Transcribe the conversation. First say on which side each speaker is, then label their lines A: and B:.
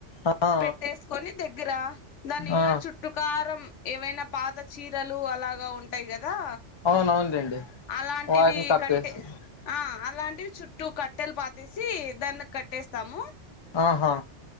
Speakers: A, on the left; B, on the left.
A: అ ఆ
B: పెట్టేసుకొని దగ్గర దాని
A: ఆ
B: చుట్టు కారం ఏవైనా పాత చీరలు అలాగా ఉంటాయి కదా కదా
A: అవును అవునులేండి
B: అలాంటివి
A: వాటిని కప్పేసి
B: కట్టే ఆ అలాంటివి చు టూ కట్టెలు పాతసి దాన్ని కట్టేస్తాము
A: ఆహా